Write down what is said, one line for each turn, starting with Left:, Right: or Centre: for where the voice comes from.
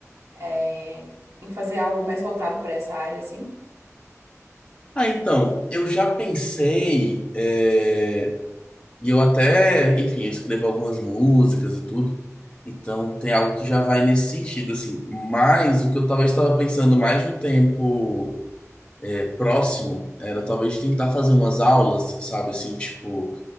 Right: é, em fazer algo mais voltado para essa área, assim?
Left: Ah, então, eu já pensei, é, e eu até, enfim, eu escrevo algumas músicas e tudo, então tem algo que já vai nesse sentido, assim, mas o que eu talvez estava pensando mais no tempo é, próximo era talvez tentar fazer umas aulas, sabe, assim, tipo,